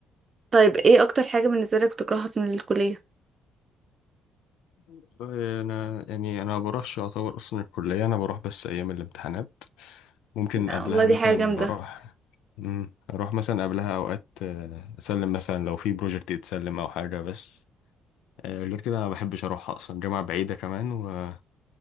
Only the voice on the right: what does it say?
طيب ايه اكتر حاجة بالنسبة لك بتكرهها في الكلية
لا
والله دي
حاجة جامدة